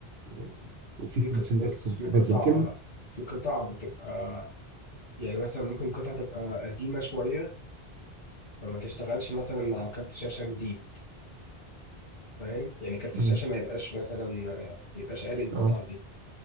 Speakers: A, on the right; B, on the left.
A: و- وفي
B: في
A: كونفليكت
B: ق- بص
A: وحاجات
B: في قطع
A: زي كلمه
B: في قطع بتبقى يعني مثلا ممكن قطعة تبقى قديمة شوية فما تشتغلش مثلا على كارت شاشة جديد فاهم يعني كارت
A: مم.
B: الشاشة ما يبقاش مثلا ما يبقاش قاري القطعة
A: اه
B: دي